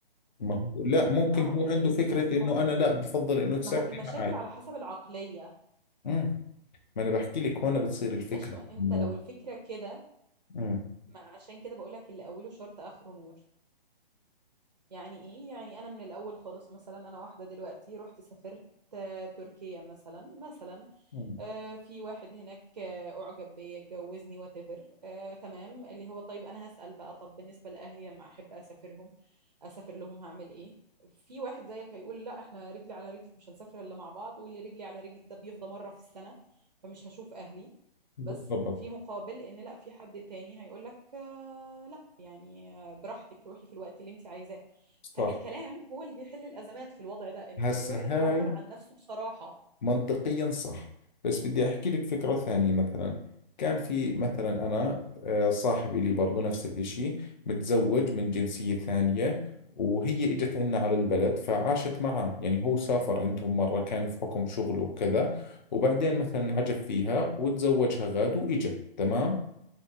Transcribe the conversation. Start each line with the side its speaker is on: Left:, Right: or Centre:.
Left: ما هو لا ممكن
Right: اه
Left: هو
Right: يعني
Left: عنده فكرة
Right: مش لازم مو...
Left: إنه أنا لا بفضل إنه تسافري
Right: ما هو المشاكل
Left: معي
Right: على حسب العقلية
Left: امم ما أنا بحكي لك هون بتصير الفكرة
Right: ماشي ما انت
Left: إنه
Right: لو الفكرة كده
Left: امم
Right: ما عشان كده بقولك اللي اوله شرط اخره نور يعني ايه يعني انا من الاول خالص مثلا انا واحدة دلوقتي رحت سافرت آه، تركيا مثلا مثلا
Left: مم.
Right: آه، في واحد هناك آه، أعجب بيا اتجوزني whatever آه، تمام اللي هو طيب أنا هسأل بقى طب بالنسبة لأهلي لما أحب أسافرهم أسافر لهم هعمل إيه في واحد زيك هيقول لا احنا رجلي على رجلك مش هنسافر إلا مع بعض واللي رجلي على رجلك ده بيفضى مرة في السنة فمش هشوف أهلي
Left: بالضبط
Right: بس في مقابل إن لا في حد تاني هيقول لك آه لا يعني آه، براحتك روحي في الوقت اللي أنت عايزاه
Left: صح
Right: فالكلام هو اللي بيحل الأزمات في الوضع ده إن
Left: هسا
Right: كل واحد
Left: هاي
Right: يعبر عن نفسه بصراحة
Left: منطقيا صح بس بدي أحكي لك فكرة ثانية مثلا كان في مثلا أنا آه، صاحبي لي برضو نفس الإشي متزوج من جنسية ثانية وهي إجت عنا على البلد فعاشت معه يعني هو سافر عندهم مرة كان في حكم شغله وكذا وبعدين مثلا عجب فيها وتزوجها غاد وإجا تمام